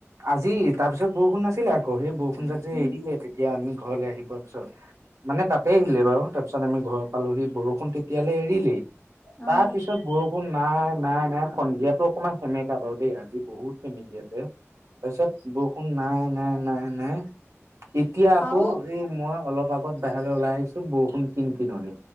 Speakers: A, on the right; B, on the left.
A: আজিত তাপিছত বৰষুণ নাছিলে আকৌ সেই বৰষুণ
B: উম
A: যাক যে
B: উম
A: এৰিলে তেতিয়া আমি ঘৰলে আহি পোৱাৰ পিছত মানে তাতে এৰিলে
B: উম
A: বাৰু তা পিছত আমি ঘৰ পালোহি বৰষুণ তেতিয়ালে এৰিলেই।
B: অ
A: তা পিছত বৰষুণ নাই নাই নাই সন্ধিয়াটো অকমান সেমেকা বাৰু দেই আজি। বহুত সেমেকি আছে তাৰপিছত বৰষুণ নাই নাই নাই নাই এতিয়া আকৌ
B: আৰু
A: এই মই অলপ আগত বাহেৰলৈ ওলাই আহিছো, বৰষুণ কিন কিননি।